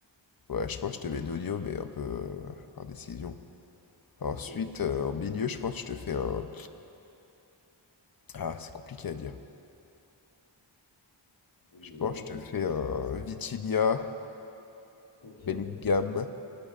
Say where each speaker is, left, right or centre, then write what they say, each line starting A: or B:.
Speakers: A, on the left; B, on the left.
A: Ouais, je pense que je te mets Nuno, mais un peu euh, par décision. Ensuite,
B: Ok.
A: euh, en milieu, je pense que je te fais un. Ah, c'est compliqué à dire.
B: Dis-moi
A: Je pense que
B: si
A: je
B: tu
A: te fais
B: trouves.
A: un Vitinha,
B: Ok.
A: Bellingham.